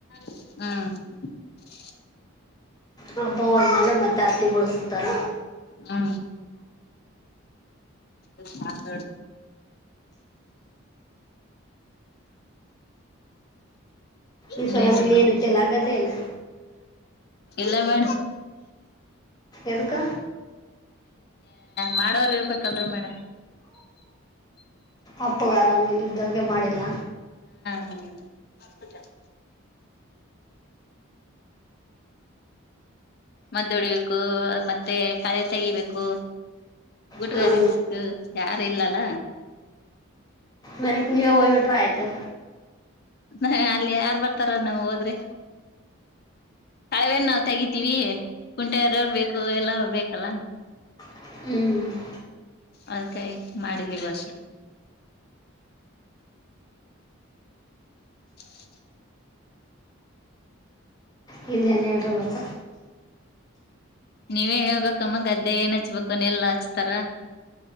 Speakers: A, on the left; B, on the left.
A: ಹ್ಮ
B: ಹಬ್ಬವಂದ ಮೇಲೆ ಮತ್ತೆ ಹತಿ ಬಿಡಿಸತಾರ
A: ಹಾ ಹ ಹತ
B: ಈ
A: ನ್ರಿ
B: ಸಲ ನೀವೇನ
A: ಮೇಡಮ್
B: ಇಟ್ಟಿಲ್ಲ ಹಾಗಗದೇ ಇಲ್ಲ
A: ಇಲ್ಲ ಮೇಡ್
B: ಎಕ್ಕ
A: ಮಾಡವರ್ ಇರ್ಬೇಕಲ್ರರಿ ಮೇಡಮ್
B: ಅಪ್ಪುಗಾರ ಮೇಲೆ ಇದ್ದದಕ್ಕೆ ಮಾಡಿಲ್ಲ
A: ಹ್ಮ ಮದ್ದ ಹೊಡಿಬೇಕು ಮತ್ತೆ ಮತ್ತೆ ಕಳೆ ತೆಗಿಬೇಕು ಗುಟಗಾರಿ
B: ಹ್ಞೂ
A: ಬಸಕ್ಕ ಯಾರು ಇಲ್ಲಲ್ಲ
B: ಮಲ್ವ ಹೋಗ್ಬಿಟ್ರ ಆಯ್ತು
A: ಹ ಅಲ್ಲಿ ಯಾರ್ ಬರ್ತಾರ ನಮ್ ಹೋದ್ರೆ ಕಳವೇನ್ ನಾವ್ ತೆಗಿತೀವಿ ಕುಂಟಾರವರು ಬೇಕು ಎಲ್ಲ ಬೇಕಲ್ಲ
B: ಹ್ಮ್
A: ಅದ್ಕಾಯಿ ಮಾಡಿಲಿ ಈ ವರ್ಷ ಹ <inaudible>
B: ಹಿಂದ ಅಂಡ ಆಡ್ರಲ್ಲಕ
A: ನೀವೇ ಹೇಳ್ಬೇಕಮ್ಮ ಗದ್ದೆ ಏನ್ ಹಚ್ಬೇಕುನ್ನ ಎಲ್ಲ ಹಚ್ತಾರ